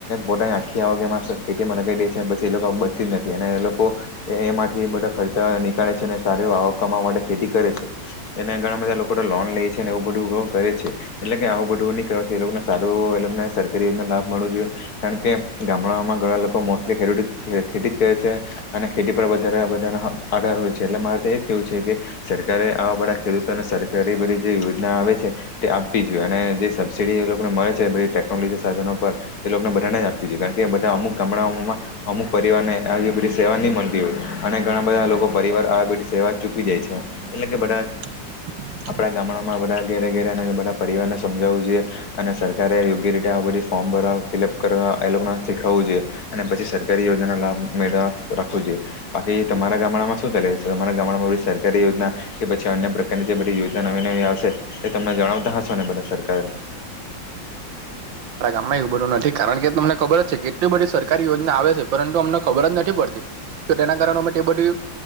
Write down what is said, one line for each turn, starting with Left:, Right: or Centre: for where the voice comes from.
Left: પોતાની આખી આવક એમાં ખેતીમાં લગીઈ દે છે પછી એ લોકો બતી જ નથી અને એ લોકો એ એમાંથી બધા ખર્ચા નીકળે છે અને સાર આવક કમાવા માટે ખેતી કરે છે એના ઘણા બધા લોકો લોન લે છે અને એવું બધું કરે છે એટલે કે આવું બધું ની કરવાથી એ લોકોને સારું એ લોકોને સરકારી લાભ મળવો જોઈએ કારણ કે ગામડામાં ઘણા લોકો મોસ્ટલી ખેતી કરે છે. એક પણ વધારેના હ આગળ હોય છે એટલે તો મારે એ જ કેવું છે કે સરકારે આવા બધા ખેડૂતોને સર કારી બધી જે યોજના આવે છે તે આપવી જોઈએ અને જે સબસીડી એ લોકોને મળે છે બધી ટેકનોલોજી સાધનો પર તે લોકોને બધાને જ આપવી જોઈએ કારણ કે બધા અમુક ગામડાઓમાં અમુક પરિવારને આવી બધી સેવા નહીં મળતી અને ઘણા બધા લોકો પરિવાર આ બધી સેવા ચૂકી જાય છે એટલે કે બધા
Right: <inaudible>
Left: આપડા ગામડામાં બધા ઘેરે ઘેરે અને બધા પરિવારને સમજાવવું જોઈએ અને સરકારે યોગ્ય રીતે આ બધી ફોર્મ ભરવા ફિલઅપ કરવા એ લોકોને શીખાવવું જોઈએ અને પછી સરકારી યોજનાનો લાભ મેળવવા રાખવો જોઈએ. બાકી તમારા ગામડામાં શું ચાલે તમારા ગામડામાં બધી સરકારી યોજના કે પછી અન્ય પ્રકારની જે બધી યોજના નવી નવી આવશે એ તમને જણાવતા હશો ને બધા સરકારે.
Right: આમાં એવું બધું નથી કારણ કે તમને ખબર જ છે કેટલી બધી સરકારી યોજના આવે છે પરંતુ અમને ખબર જ નથી પડતી તો તેના કારણે અમે તે બધી